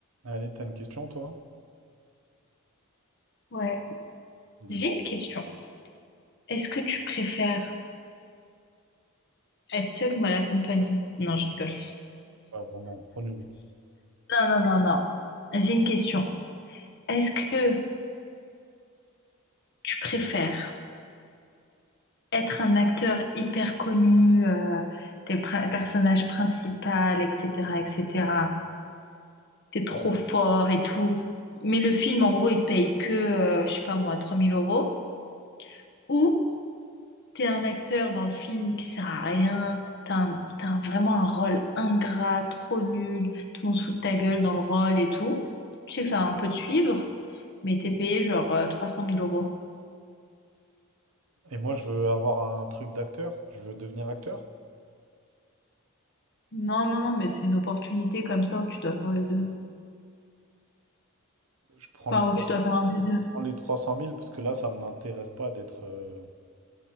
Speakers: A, on the right; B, on the left.
A: Allez, t'as une question, toi?
B: Ouais.
A: Dis-moi.
B: J'ai une question. Est-ce que tu préfères être seule ou mal accompagnée? Non, je rigole.
A: Ouais, vraiment, prends le
B: Non, non, non, non. J'ai une question. Est-ce que tu préfères être un acteur hyper connu, euh, t'es le pri- personnage principal, etc., etc. T'es trop fort et tout. Mais le film, en gros, il te paye que, euh, je sais pas moi, 3000 euros. ou. T'es un acteur dans le film qui sert à rien, t'as un- t'as un- vraiment un rôle ingrat, trop nul, tout le monde se fout de ta gueule dans le rôle et tout. Tu sais que ça va un peu te suivre, mais t'es payé genre euh, 300 000 euros.
A: Et moi, je veux avoir un truc d'acteur. Je veux devenir acteur.
B: Non, non, non, mais c'est une opportunité comme ça où tu dois faire les deux.
A: Je prends
B: Enfin,
A: les trois
B: où tu
A: cents.
B: dois faire un des deux.
A: je prends les trois cent mille parce que là, ça m'intéresse pas d'être, euh,